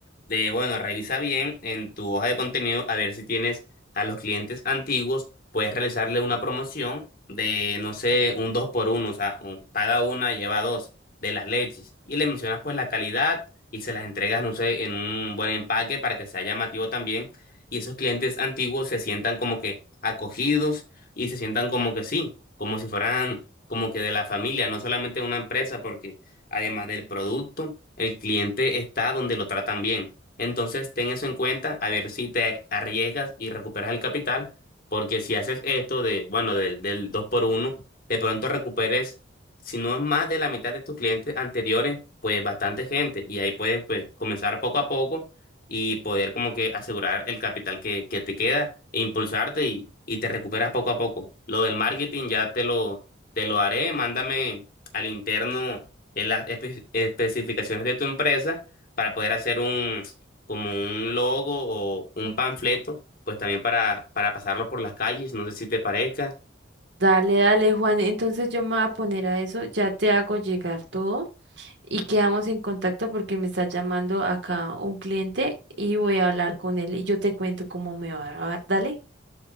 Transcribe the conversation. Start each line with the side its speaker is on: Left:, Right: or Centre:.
Left: De, bueno, revisa bien en tu hoja de contenido a ver si tienes a los clientes antiguos, puedes realizarle una promoción de, no sé, un dos por uno, o sea, un- paga una, lleva dos de las leches. Y le mencionas pues la calidad y se las entregas, no sé, en un buen empaque para que sea llamativo también. Y esos clientes antiguos se sientan como que acogidos y se sientan como que sí, como si fueran como que de la familia, no solamente de una empresa, porque además del producto, el cliente está donde lo tratan bien. Entonces, ten eso en cuenta, a ver si te arriesgas y recuperas el capital, porque si haces esto de, bueno, del, del 2 por uno de pronto recuperes si no es más de la mitad de tus clientes anteriores, pues bastante gente. Y ahí puedes pues, comenzar poco a poco y poder como que asegurar el capital que, que te queda e impulsarte y, y te recuperas poco a poco. Lo del marketing ya te lo, te lo haré. Mándame al interno en las espe- especificaciones de tu empresa para poder hacer un, como un logo o un panfleto, pues también para, para pasarlo por las calles. No sé si te parezca.
Right: Dale, dale, Juan. Entonces yo me voy a poner a eso, ya te hago llegar todo y quedamos en contacto porque me está llamando acá un cliente y voy a hablar con él y yo te cuento cómo me va. ¿va? Dale,